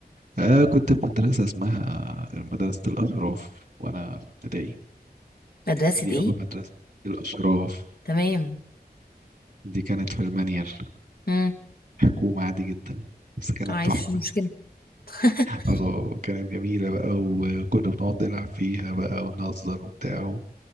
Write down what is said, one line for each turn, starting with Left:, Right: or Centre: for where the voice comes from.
Right: آه كنت في مدرسه اسمها مدرسه الاشراف وانا في ابتدائي
Left: مدرسه
Right: دي
Left: ايه
Right: اول مدرسه الاشراف
Left: تمام
Right: دي كانت في المنيل
Left: امم
Right: حكومه عادي جدا بس كانت
Left: عايز
Right: تحفه
Left: في مشكله <laughs>
Right: اه كانت جميله بقى وكنا بنقعد نلعب فيها بقى ونهزر وبتاع